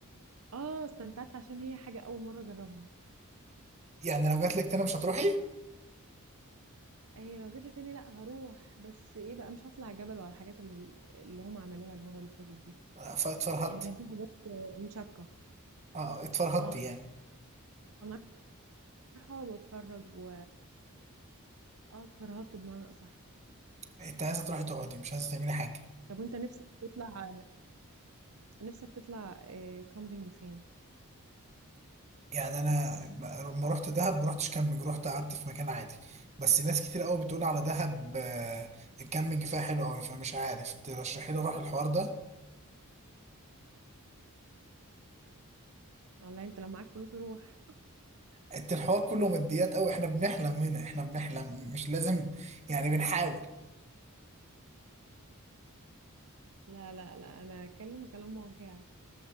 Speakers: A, on the right; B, on the right.
A: اه استمتعت عشان هي حاجة أول مرة أجربها
B: يعني لو جات لك تاني مش هتروحي
A: هي لو جيت لي تاني لأ هروح بس إيه بقى مش هطلع جبل ولا الحاجات اللي اللي هم عملوها المرة اللي فاتت دي
B: آه، فاتفرهدتي
A: يعني كان في حاجات آه، مشقة
B: أه اتفرهدتي
A: اه
B: يعني
A: أنا رايحة أقعد وأتفرج و اه اتفرهدت بمعنى أصح
B: أنت عايزة تروحي تقعدي مش عايزة تعملي حاجة
A: طب وأنت نفسك تطلع نفسك تطلع آه، كامبينج فين؟
B: يعني أنا لما رحت دهب ما رحتش كامبينج رحت قعدت في مكان عادي بس ناس كتير قوي بتقول على دهب آه، الكامبينج فيها حلو قوي فمش عارف ترشحي لي أروح الحوار ده
A: والله أنت لو معاك فلوس روح
B: انت الحوار كله ماديات قوي احنا بنحلم هنا احنا بنحلم مش لازم يعني بنحاول
A: لا لا لا أنا أتكلم كلام واقعي